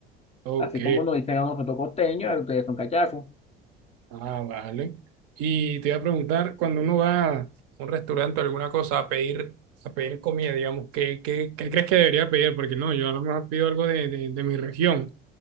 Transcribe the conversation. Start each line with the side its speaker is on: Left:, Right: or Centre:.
Right: Ok.
Left: Así como nos dicen a nosotros costeños, a ustedes son cachacos.
Right: Ah, vale. Y te iba a preguntar, cuando uno va a un restaurante o alguna cosa a pedir, a pedir comida, digamos, ¿qué, qué, qué crees que debería pedir? Porque no, yo a lo mejor pido algo de, de, de mi región